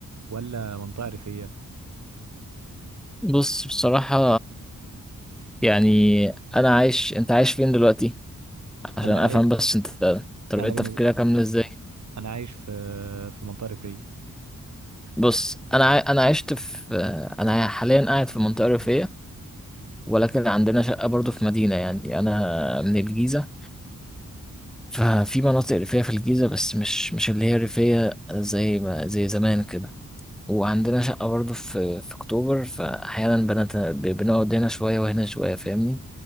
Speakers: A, on the right (about 60°); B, in the centre.
A: ولا منطقة ريفية؟
B: بص بصراحة يعني انا عايش انت عايش فين دلوقتي عشان
A: انا عاي...
B: افهم بس انت طريقة
A: انا
B: تفكيرك
A: بالنسبة
B: عاملة ازاي
A: انا عايش في في منطقة ريفية
B: بص انا عاي... انا عشت في انا حاليا قاعد في منطقة ريفية ولكن عندنا شقة برضو في مدينة يعني انا من الجيزة ففي مناطق ريفية في الجيزة بس مش مش اللي هي ريفية زي ما زي زمان كده وعندنا شقة برضه في في أكتوبر فأحيانا بنت... بنقعد هنا شوية وهنا شوية فاهمني